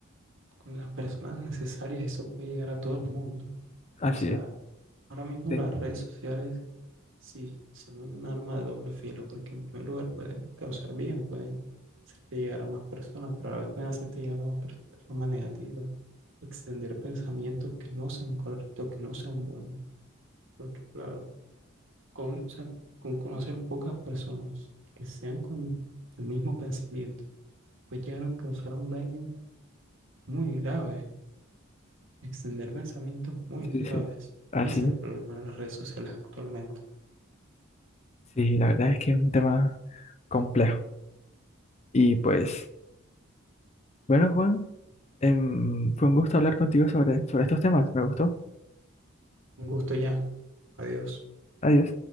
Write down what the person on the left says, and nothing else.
Así
es.
Sí,
sí, sí.
Así.
Sí, la verdad es que es un tema complejo. Y pues, bueno, Juan, em, fue un gusto hablar contigo sobre, sobre estos temas. Me gustó.
Adiós.